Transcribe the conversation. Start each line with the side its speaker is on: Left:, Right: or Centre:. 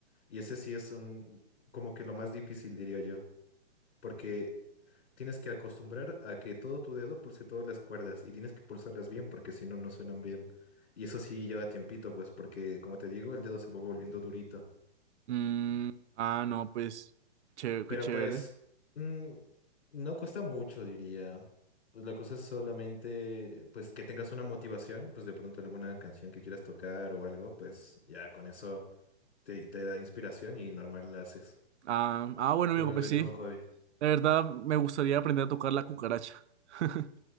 Left: Y ese sí es un, como que lo más difícil, diría yo, porque tienes que acostumbrar a que todo tu dedo pulse todas las cuerdas y tienes que pulsarlas bien porque si no, no suenan bien. Y eso sí lleva tiempito, pues, porque como te digo, el dedo se va volviendo durito.
Right: Mm, ah, no, pues, chévere,
Left: Pero
Right: qué chévere.
Left: pues, mm, no cuesta mucho, diría. Pues La cosa es solamente, pues, que tengas una motivación, pues de pronto alguna canción que quieras tocar o algo, pues ya con eso te, te da inspiración y normal la haces.
Right: Ah, ah, bueno, amigo,
Left: Se vuelve
Right: pues sí.
Left: todo un hobby. <laughs>
Right: La verdad, me gustaría aprender a tocar la cucaracha. <laughs>